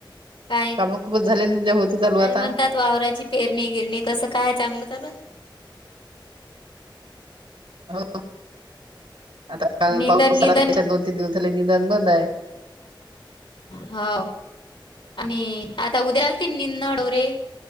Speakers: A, on the left; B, on the right.
A: काय
B: काम खूपच झाले तुमच्या होती चालू
A: काय
B: आता.
A: म्हणतात वावराची पेरणी गिरणी कसं काय, चांगलं चालूय?
B: हो आता काल
A: निंदन
B: पाऊस
A: गिंदन
B: झाला, त्याच्यात दोन तीन दिवस झाले निदान बंद आहे.
A: हो आणि आता उद्याल ती, निनडोरे.